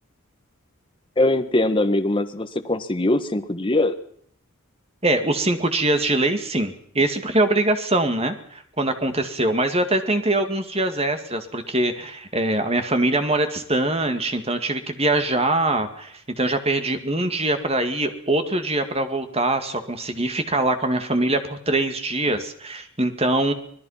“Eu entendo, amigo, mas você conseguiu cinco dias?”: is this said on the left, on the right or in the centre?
Left